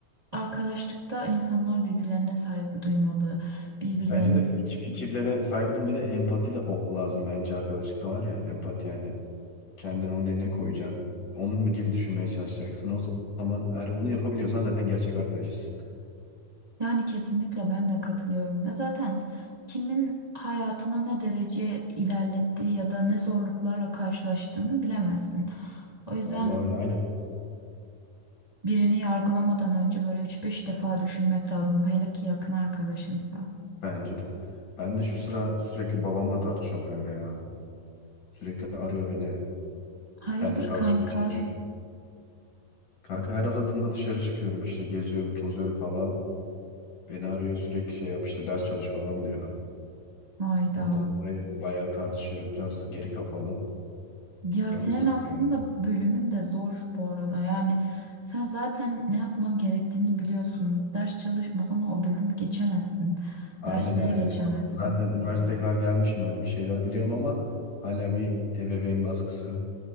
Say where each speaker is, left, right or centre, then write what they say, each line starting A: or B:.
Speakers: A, on the right; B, on the left.
A: Arkadaşlıkta insanlar birbirlerine saygı duymalı, birbirlerinin
B: Bence de fik- fikirlere saygı duyun bir de empati de o lazım bence arkadaşlıkta var ya empati yani kendini onun yerine koyacaksın. Onun gibi düşünmeye çalışacaksın. O zaman eğer onu yapabiliyorsan zaten gerçek arkadaşısın.
A: yani kesinlikle ben de katılıyorum. Ya zaten kimin hayatını ne derece ilerlettiği ya da ne zorluklarla karşılaştığını bilemezsin. O
B: Vallahi
A: yüzden
B: öyle aynen
A: birini yargılamadan önce böyle üç beş defa düşünmek lazım. Hele ki yakın arkadaşımsa.
B: bence de. Ben de şu sıra sürekli babamla tartışıyorum kanka ya. Sürekli arıyor beni.
A: Hayırdır
B: Benle tartışmaya
A: kanka?
B: çalışıyor. Kanka her aradığımda dışarı çıkıyorum işte geziyorum tozuyorum falan. Beni arıyor sürekli şey yap işte ders çalış falan diyor.
A: Hayda.
B: Ondan dolayı bayağı tartışıyoruz. Biraz geri kafalı.
A: Ya
B: Canım
A: senin
B: sıkılıyor.
A: aslında
B: yani.
A: bölümün de zor bu arada. Yani sen zaten ne yapman gerektiğini biliyorsun. Ders çalışmasan o bölümü geçemezsin.
B: Aynen
A: Dersleri
B: yani.
A: geçemezsin.
B: Zaten üniversiteye kadar gelmişim hani bir şeyler biliyorum ama hala bir ebeveyn baskısı